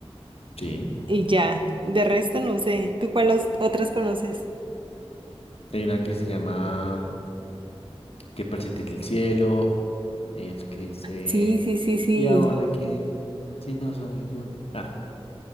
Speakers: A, on the left (about 70°); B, on the right (about 50°).
A: Sí.
B: y ya. De resto no sé. ¿Tú cuáles otras conoces?
A: Hay una que se llama Que persistir el cielo. Hay otra que dice
B: Sí, sí, sí, sí.
A: ¿Y ahora quién? Si no soy yo. Ah,